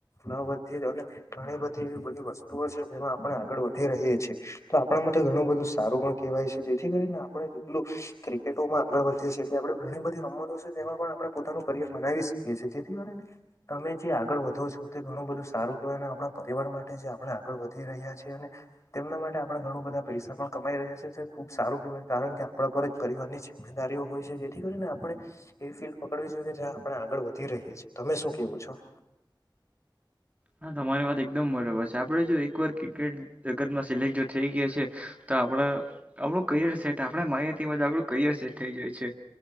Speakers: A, on the left; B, on the right.
A: ન વધી અને ઘણી બધી એવી બધી વસ્તુઓ છે જેમાં આપણે આગળ વધી રહીએ છીએ તો આપણા માટે ઘણું બધું સારું પણ કહેવાય છે જેથી કરીને આપણે જેટલું ક્રિકેટોમાં આગળ વધીએ છીએ એટલે આપડણે ઘણી બધી રમતો છે તેમાં પણ આપણે પોતાનું કરિયર બનાવી શકીએ છીએ જેથી કરી ને તમે જે આગળ વધો છો તે ઘણું બધું સારું કેવાય અને આપણા પરિવાર માટે જે આપણે આગળ વધ રહ્યા છે અને તેમના માટે આપણે ઘણું બધા પૈસા પણ કમાઈ રહ્યા છે ખુબ સારું કેહેવાય કારણ કે આપણા પર જ પરિવાર ની જીમે દારીઓ હોય છે જેથી કરીને આપણે એવી ફિલ્ડ પકડવી જોઈએ કે જ્યાં આપણે આગળ વધી રહીએ છીએ તમે શું કેવું છો?
B: હા તમારી વાત એકદમ બરાબર છે આપણે જો એકવાર ક્રિકેટ જગતમાં સિલેક્ટ જો થઈ ગયા છે તો આપડા આપણું કરિયર સેટ આપણે માનીયે તેમ આપણું કરિયર સેટ થઈ જાય છે